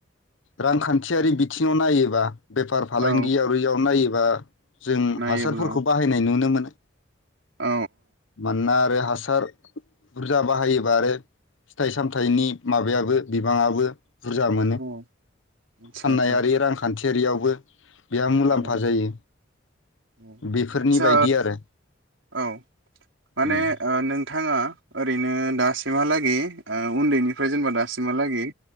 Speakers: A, on the left (about 70°); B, on the right (about 70°).
A: रांखान्थियारि बिथिङाव नायोबा बेफार फालांगियारियाव
B: औ
A: नायोब्ला। बा। जों
B: नायोब्ला
A: हासारफोरखौ बाहायनाय नुनो मोनो।
B: औ
A: मानोना। आरो हासार बुरजा बाहायोबा आरो फिथाइ सामथाइनि माबायाबो बिबांआबो बुरजा मोनो।
B: औ। आदसा
A: फाननायारि
B: आदसा
A: रांखान। खान्थियारियावबो। बेहा मुलाम्फा
B: औ
A: जायो।
B: औ
A: बेफोरनि
B: आदसा
A: बायदि आरो।
B: औ माने
A: उम
B: नोंथां। नोंथाङा ओरैनो दासिमहालागै ओ उन्दैनिफ्राय जेनेबा दासिमहालागै